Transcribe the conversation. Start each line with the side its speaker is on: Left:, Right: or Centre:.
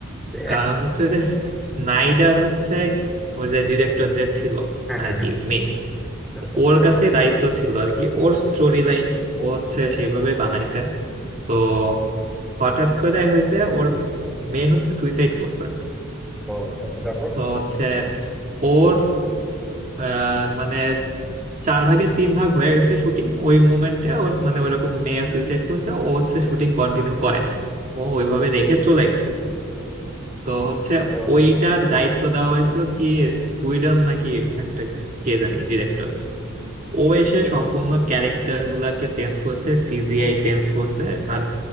Right: কারণ
Centre: এক-
Right: হচ্ছে ওই যে স্নাইডার হচ্ছে ওই যে ডিরেক্টর যে ছিল
Centre: হ্যাঁ
Right: আর
Centre: হ্যাঁ হ্যাঁ
Right: কি মেইন
Centre: আচ্ছা
Right: ওর কাছে দায়িত্ব ছিল আর কি ওর স্টোরি লাইন ও হচ্ছে সেইভাবে বানাইছে তো হঠাৎ করে হয়েছে ওর মেয়ে হচ্ছে সুইসাইড করছে
Centre: ও আচ্ছা তারপর
Right: তো হচ্ছে ওর আহ, মানে চার ভাগে তিন ভাগ হয়ে গেছে শুটিং ওই মোমেন্টে ওর মানে ওইরকম মেয়ে সুইসাইড করছে ও হচ্ছে শুটিং কন্টিনিউ করে নাই ও ওইভাবে রেখে চলে গেছে তো হচ্ছে
Centre: তারপর-
Right: ওইটা দায়িত্ব দেওয়া হয়েছিল কি উইডন নাকি একটা কে জানি ডিরেক্টর ও এসে সম্পূর্ণ ক্যারেক্টার গুলাকে চেঞ্জ করছে সিজিআই চেঞ্জ করছে আর